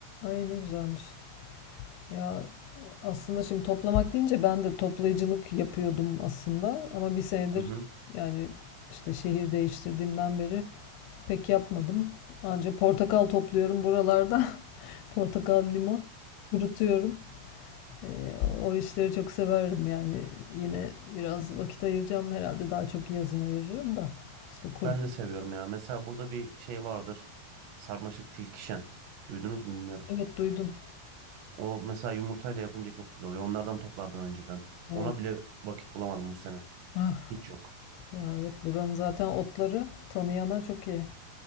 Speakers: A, on the left; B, on the right.
A: Ay ne güzelmiş. Ya aslında şimdi toplamak deyince ben de toplayıcılık yapıyordum aslında ama bir senedir
B: Hı hı.
A: yani işte şehir değiştirdiğimden beri pek yapmadım. Anca portakal topluyorum buralarda. <laughs> Portakal, limon kurutuyorum. Ee, o işleri çok severim yani. Yine biraz vakit ayıracağım herhalde. Daha çok yazın ayırırım da. İşte kurut.
B: Ben de seviyorum ya. Mesela burada bir şey vardır. Sarmaşık tilkişen. Duydunuz mu bilmiyorum.
A: Evet duydum.
B: O mesela yumurtayla yapınca çok güzel oluyor. Onlardan toplardım önceden.
A: Evet.
B: Ona bile vakit bulamadım bu sene.
A: Ah,
B: Hiç yok.
A: ya evet buranın zaten otları tanıyana çok iyi.